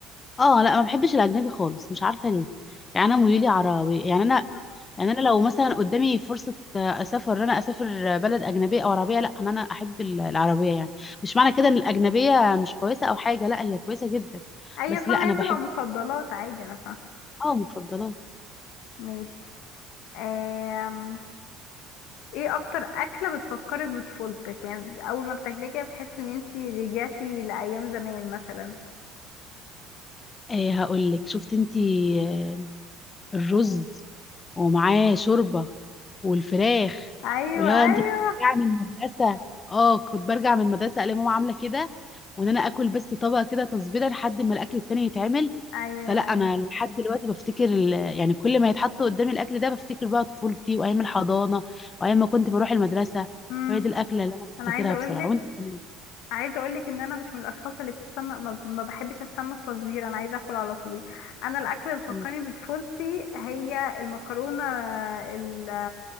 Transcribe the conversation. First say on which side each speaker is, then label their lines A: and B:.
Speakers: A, on the left; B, on the left.
A: اه لا ما بحبش الاجنبي خالص مش عارفه ليه يعني انا ميولي عربي يعني انا
B: مم.
A: يعني انا لو مثلا قدامي فرصه آه، اسافر ان انا اسافر بلد اجنبيه او عربيه لا ان انا احب ال- العربيه يعني مش معنى كده ان الاجنبيه مش كويسه او حاجه لا هي كويسه جدا
B: ايوه
A: بس
B: فاهمة
A: لا انا
B: هي بتبقى
A: بحب
B: مفضلات عادي انا فاهمة
A: اه مفضلات
B: ماشي آم، ايه اكتر اكلة بتفكرك بطفولتك يعني اول ما بتاكليها كده بتحسي ان انتي رجعتي لايام زمان مثلا
A: آه هقول لك شفت انتي آه الرز ومعاه شوربه والفراخ
B: ايوه
A: ولو انت
B: ايوه
A: بترجعي من المدرسه اه كنت برجع من المدرسه الاقي ماما عامله كده وان انا اكل بس طبق كده تصبيره لحد ما الاكل التاني يتعمل
B: ايوه
A: فلا انا
B: ايوه
A: لحد دلوقتي بفتكر ال- يعني كل ما يتحط قدامي الاكل ده بفتكر بقى طفولتي وايام الحضانه وايام ما كنت بروح المدرسه
B: امم
A: فهي دي الاكله اللي انا بفتكرها
B: انا عايزه اقول
A: بصراحه
B: لك
A: وانت كمان
B: عايزه اقول لك ان انا مش من الاشخاص اللي بتستنى ما, ما بحبش استنى التصوير انا عايزه اكل على طول انا الاكل اللي بيفكرني
A: مم.
B: بطفولتي هي المكرونه ال-